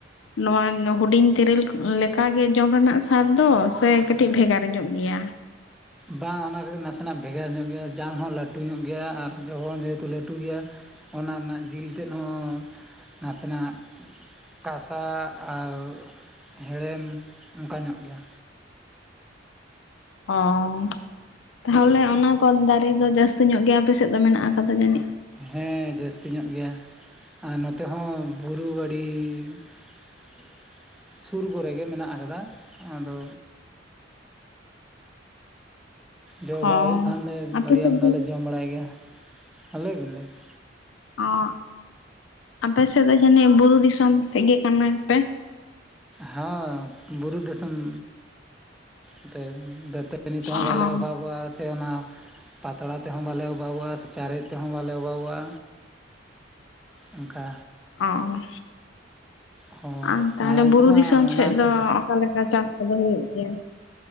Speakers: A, on the left (about 80°); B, in the centre.
A: ᱱᱚᱣᱟ ᱦᱩᱰᱤᱧ ᱛᱮᱨᱮᱞ ᱞᱮᱠᱟ ᱜᱮ ᱡᱚᱢ ᱨᱮᱱᱟᱜ ᱥᱟᱫ ᱫᱚ ᱥᱮ ᱠᱟᱹᱴᱤᱡ ᱵᱷᱮᱜᱟᱨ ᱧᱚᱜ ᱜᱮᱭᱟ
B: ᱵᱟᱝ ᱚᱱᱟ ᱠᱚᱫᱚ ᱱᱟᱥᱮ ᱱᱟᱜ ᱵᱷᱮᱜᱟᱨ ᱧᱚᱜ ᱜᱮᱭᱟ ᱡᱟᱝ ᱦᱚᱸ ᱞᱟᱹᱴᱩ ᱧᱚᱜ ᱜᱮᱭᱟ ᱟᱨ ᱡᱚ ᱦᱚᱸ ᱡᱮᱦᱮᱛᱩ ᱞᱟᱹᱴᱩ ᱜᱮᱭᱟ ᱚᱱᱟ ᱨᱮᱱᱟᱜ ᱡᱤᱞ ᱛᱮᱫ ᱦᱚᱸ ᱱᱟᱥᱮᱱᱟᱜ ᱠᱟᱥᱟ ᱟᱨ ᱦᱮᱲᱮᱢ ᱚᱝᱠᱟ ᱧᱚᱜ ᱜᱮᱭᱟ
A: ᱚᱸ ᱛᱟᱦᱚᱞᱮ ᱚᱱᱟ ᱠᱚ ᱫᱟᱨᱮ ᱫᱚ ᱡᱟᱹᱥᱛᱤ ᱧᱚᱜ ᱜᱮ ᱟᱯᱮᱥᱮᱫ ᱫᱚ ᱢᱮᱱᱟᱜ ᱟᱠᱟᱫᱟ ᱡᱟᱹᱱᱤᱡ-
B: ᱦᱮᱸ ᱡᱟᱹᱥᱛᱤ ᱧᱚᱜ ᱜᱮᱭᱟ ᱟᱨ ᱱᱚᱛᱮ ᱦᱚᱸ ᱵᱩᱨᱩ ᱜᱟᱹᱰᱤᱻ <unintelligible> ᱥᱩᱨ ᱠᱚᱨᱮ ᱜᱮ ᱢᱮᱱᱟᱜ ᱟᱠᱟᱫᱟ ᱟᱫᱚ ᱡᱚ ᱵᱟᱲᱟ
A: ᱚ
B: ᱦᱩᱭᱩᱜ ᱠᱷᱟᱱᱞᱮ
A: ᱟᱯᱮ
B: ᱟᱹᱰᱤ
A: ᱥᱮᱫ
B: ᱟᱢᱫᱟ
A: ᱫᱚ
B: ᱞᱮ ᱡᱚᱢ ᱵᱟᱲᱟᱭ ᱜᱮᱭᱟ ᱦᱮ ᱞᱟᱹᱭ ᱵᱤᱱ ᱞᱟᱹᱭ ᱵᱤᱱ
A: ᱚᱜ ᱟᱯᱮ ᱥᱮᱫ ᱫᱚ ᱡᱟᱹᱱᱤᱡ ᱵᱩᱨᱩ ᱫᱤᱥᱚᱢ ᱥᱮ ᱜᱮ ᱠᱟᱱᱟ ᱯᱮ
B: ᱦᱟᱸ ᱵᱩᱨᱩ ᱫᱤᱥᱚᱢ ᱱᱚᱛᱮ ᱫᱟᱹᱛᱟᱹᱱᱤ ᱛᱮᱦᱚᱸ
A: ᱚ
B: ᱵᱟᱞᱮ ᱚᱵᱷᱟᱵᱼᱟ᱾ ᱛᱮ ᱚᱱᱟ ᱯᱟᱛᱲᱟ ᱛᱮᱦᱚᱸ ᱵᱟᱞᱮ ᱚᱵᱷᱟᱵᱼᱟ ᱥᱮ ᱪᱟᱨᱮᱡ ᱛᱮᱦᱚᱸ ᱵᱟᱞᱮ ᱚᱵᱷᱟᱵᱼᱟ᱾
A: <unintelligible>
B: ᱚᱱᱠᱟ
A: ᱚᱸ
B: ᱦᱳᱭ
A: ᱟᱨ ᱛᱟᱦᱚᱞᱮ
B: ᱢᱟᱲᱟᱝ
A: ᱵᱩᱨᱩ
B: ᱠᱚᱢᱟ
A: ᱫᱤᱥᱚᱢ
B: ᱚᱱᱟ
A: ᱥᱮᱫ
B: ᱠᱚᱜᱮ
A: ᱫᱚ ᱚᱠᱟᱞᱮᱠᱟ᱾ ᱪᱟᱹᱥ ᱠᱚᱫᱚ ᱦᱩᱭᱩᱜ ᱜᱮᱭᱟ